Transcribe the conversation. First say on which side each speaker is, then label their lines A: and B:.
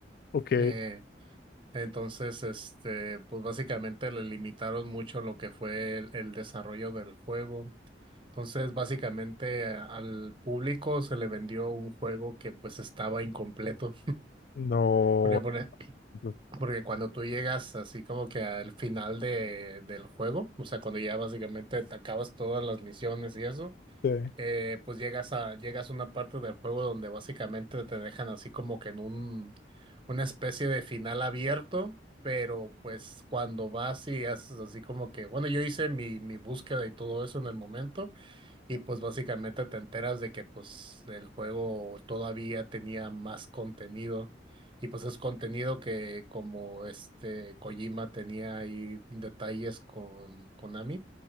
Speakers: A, on the left (about 55°); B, on the right (about 30°).
A: ok,
B: Eh, entonces, este, pues básicamente le limitaron mucho lo que fue el, el desarrollo del juego. Entonces, básicamente a- al público se le vendió un juego que pues estaba incompleto.
A: no.
B: Porque, por e-
A: no
B: porque cuando tú llegas así como que al final de, del juego, o sea, cuando ya básicamente te acabas todas las misiones y eso,
A: sé.
B: eh, pues llegas a, llegas a una parte del juego donde básicamente te dejan así como que en un, una especie de final abierto, pero pues cuando vas y haces así como que, bueno, yo hice mi, mi búsqueda y todo eso en el momento, y pues básicamente te enteras de que pues el juego todavía tenía más contenido y pues es contenido que como este Kojima tenía ahí detalles con Konami,